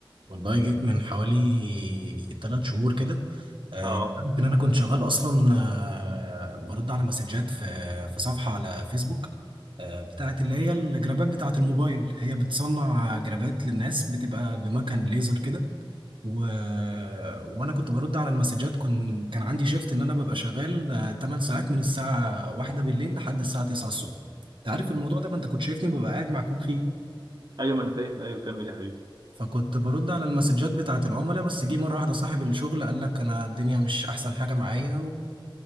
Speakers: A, on the right; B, on the right.
A: والله جيت من حوالي تلات شهور كده آه،
B: اه
A: عارف ان انا كنت شغال اصلا آه، برد على مسجات في في صفحه على فيسبوك آه، بتاعت اللي هي الجرابات بتاعت الموبايل هي بتصنع جرابات للناس بتبقى بمكان ليزر كده و... وانا كنت برد على المسجات كن... كان عندي شيفت ان انا ببقى شغال آه، 8 ساعات من الساعه 1 بالليل لحد الساعه 9 الصبح انت عارف الموضوع ده ما انت كنت شايفني ببقى قاعد مع كوك فيه
B: ايوه ما انا فاهم ايوه كمل يا حبيبي
A: فكنت برد على المسجات بتاعة العملاء بس جه مرة واحدة صاحب الشغل قال لك أنا الدنيا مش أحسن حاجة معايا